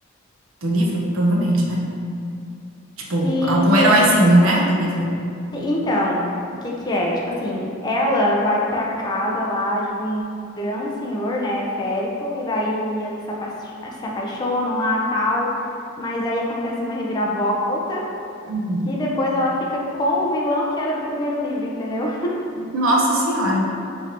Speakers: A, on the right; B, on the left.
A: do livro? Provavelmente, né? Tipo,
B: Sim,
A: algum
B: sim.
A: heróizinho, né, do livro.
B: E- Então, o que que é? Tipo assim, ela vai pra casa lá de um grão senhor, né, férico, e daí eles se apa- se apaixonam lá, tal, mas aí acontece uma reviravolta,
A: Uhum.
B: que depois ela fica com o vilão que era do primeiro livro, entendeu?
A: Nossa Senhora.